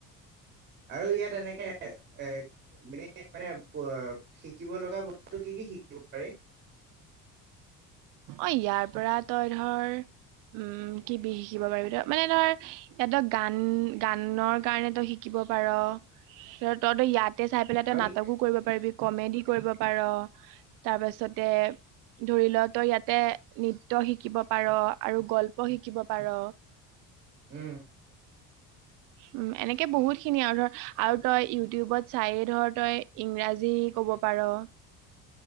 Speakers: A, on the right (about 35°); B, on the right (about 70°).
A: আৰু ইয়াত এনেকে-এ মানে-মানে পোৱা শিকিব লগা বস্তু কি, কি শিকিব পাৰি?
B: অ' ইয়াৰ পৰা তই ধৰ উম, কিবি শিকিব পাৰিবি তই, মানে ধৰ ইয়াত তই গান-গানৰ কাৰণে তই শিকিব পাৰ ধৰ তইটো ইয়াত তে চাই পেলাই তই
A: আৰু
B: নাটকো কৰিব পাৰিবি। কমেডি কৰিব পাৰ তাৰ পাছতে ধৰি ল' তই ইয়াতে নৃত্য শিকিব পাৰ আৰু গল্প শিকিব পাৰ।
A: উম,
B: উম এনেকে বহুত খিনি আৰু ধৰ আৰু তই ইউটিউবত চাইে ধৰ তই ইংৰাজী ক'ব পাৰো।
A: <inaudible>